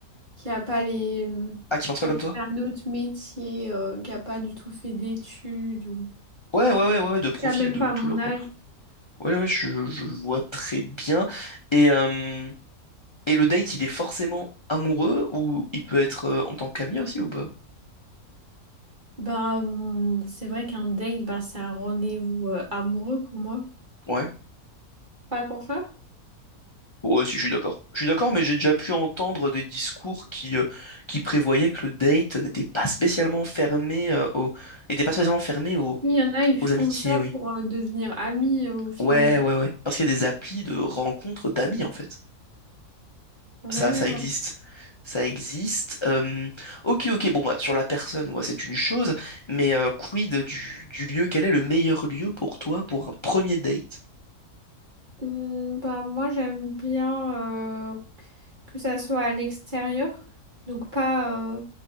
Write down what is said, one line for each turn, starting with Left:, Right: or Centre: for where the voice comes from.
Right: qui a pas les, hum,
Left: Ah, qui pense
Right: tu
Left: pas
Right: vois,
Left: comme
Right: qui
Left: toi?
Right: fait un autre métier, euh, qui a pas du tout fait d'études ou
Left: Ouais, ouais, ouais, ouais, ouais, de profil
Right: qui a même
Left: de
Right: pas
Left: tout
Right: mon
Left: genre,
Right: âge.
Left: quoi. Ouais, ouais, je, je vois très bien. Et, euh, Et le date, il est forcément amoureux ou il peut être euh, en tant qu'ami aussi ou pas?
Right: Bah, hum, c'est vrai qu'un date, bah, c'est un rendez-vous euh, amoureux pour moi,
Left: Ouais.
Right: pas pour ça.
Left: Ouais, si, je suis d'accord. Je suis d'accord, mais j'ai déjà pu entendre des discours qui, euh, qui prévoyaient que le date n'était pas spécialement fermé euh, aux... n'était pas spécialement fermé aux...
Right: Oui, Il y en a, ils
Left: aux
Right: font
Left: amitiés,
Right: ça
Left: oui.
Right: pour euh, devenir amis euh, au final.
Left: Ouais, ouais, ouais. Parce qu'il y a des applis de rencontres d'amis, en fait.
Right: Ouais,
Left: Ça,
Right: ouais,
Left: ça
Right: voilà.
Left: existe. Ça existe. Euh, Ok, ok, bon, bah, sur la personne, ouais, c'est une chose, mais euh, quid du, du lieu? Quel est le meilleur lieu pour toi pour un premier date?
Right: Hmm, bah, moi, j'aime bien euh, que ça soit à l'extérieur, donc pas, euh,